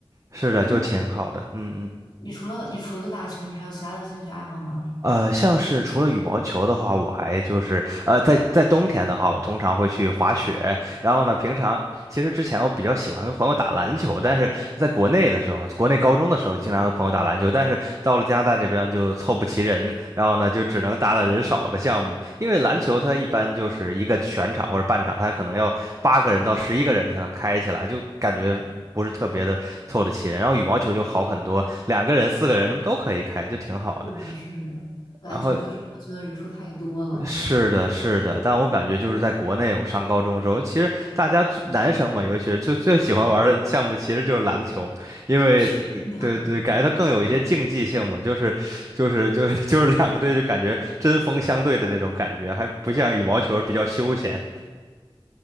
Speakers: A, on the right; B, on the left.
A: 是的，
B: 那
A: 就挺好的。嗯嗯
B: 你除了你除了打球，你还有其他的兴趣爱好吗？
A: 呃，像是除了羽毛球的话，我还就是呃，在在冬天的话，我通常会去滑雪。然后呢，平常其实之前我比较喜欢和朋友打篮球，但是在国内的时候，国内高中的时候经常和朋友打篮球，但是到了加拿大这边就凑不齐人，然后呢就只能打打人少的项目。因为篮球它一般就是一个全场或者半场，它可能要八个人到十一个人才能开起来，就感觉不是特别的凑得齐人。然后羽毛球就好很多，两个人、四个人什么都可以开，就挺好的。
B: 是的，是的，篮球就是要求的人数太多了。
A: 然后是的，是的，但我感觉就是在国内，我上高中的时候，其实大家最男生嘛，尤其是就最喜欢玩的项目其实就是篮球，因为呃对对，
B: <laughs> 是的，
A: 感觉它更有一些竞技性嘛，就是就是就是就是两个队就感觉针锋相对的那种感觉，还不像羽毛球比较休闲。